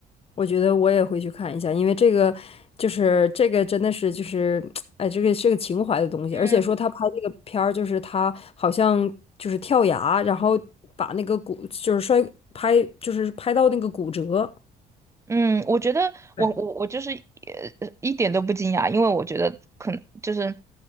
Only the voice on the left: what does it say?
我觉得我也会去看一下，因为这个就是这个真的是就是 <tsk> 哎，这个是个情怀的东西，
而且说他拍这个片儿，就是他好像就是跳崖，然后把那个骨就是摔拍就是拍到那个骨折，
对，